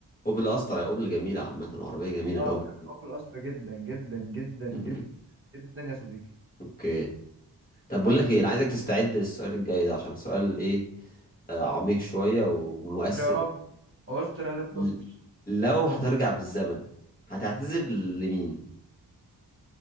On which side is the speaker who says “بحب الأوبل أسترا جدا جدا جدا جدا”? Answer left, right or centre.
Right